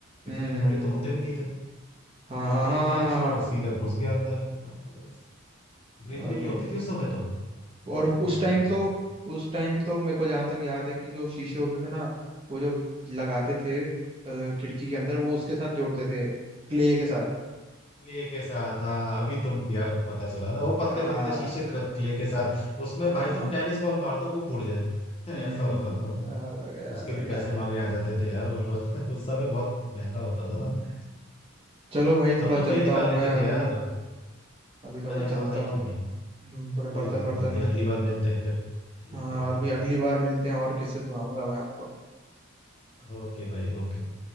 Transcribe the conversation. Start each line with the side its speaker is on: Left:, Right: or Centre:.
Left: इतने
Right: हम्म हम्म,
Left: मोटे तो होते भी नहीं थे
Right: हाँ
Left: भाई
Right: हाँ
Left: दे
Right: हाँ
Left: दिया एक
Right: हाँ
Left: शॉट और सीधा घुस गया अंदर हाँ, बस ग्रिल
Right: हाँ।
Left: भी
Right: अरे
Left: नहीं होती थी उस समय तो बहुत
Right: और
Left: पुरानी
Right: उस टाइम
Left: बात
Right: तो
Left: है ये
Right: उस टाइम तो मेरे को जहां तक याद है कि जो शीशे होते थे ना वो जो लगाते
Left: तो।
Right: थे अ, खिड़की के अंदर वो उसके साथ जोड़ते थे क्ले के साथ
Left: क्ले के साथ हाँ अभी तुम या, पता चला ना वो पतले
Right: हाँ
Left: पतले शीशे क- क्ले के साथ उसमें
Right: हाँ
Left: भाई तुम टेनिस बॉल मार दो वो फूट जाए <laughs>
Right: हम्म
Left: ऐसा होता था वो
Right: याद आ गया याद
Left: उसके
Right: आ
Left: भी पैसे
Right: गया
Left: मांगने आ जाते थे यार वो लोग <laughs> उस समय बहुत महंगा होता था
Right: हम्म।
Left: ना
Right: चलो भाई
Left: हम
Right: थोड़ा
Left: तो
Right: चलता
Left: क्ले निकाल
Right: हूँ
Left: लेते
Right: मैं
Left: थे
Right: अभी
Left: यार
Right: अभी थोड़ा
Left: अरे
Right: चलता
Left: हाँ भाई
Right: हूँ
Left: क्यों नहीं
Right: हम्म, थोड़े
Left: कोई
Right: बर्तन
Left: बात
Right: वर्तन
Left: नहीं भाई अगली बार मिलते हैं फिर ठीक
Right: हाँ
Left: है भाई
Right: अभी अगली बार मिलते हैं और किस्से सुनाऊंगा मैं आपको
Left: ओके भाई ओके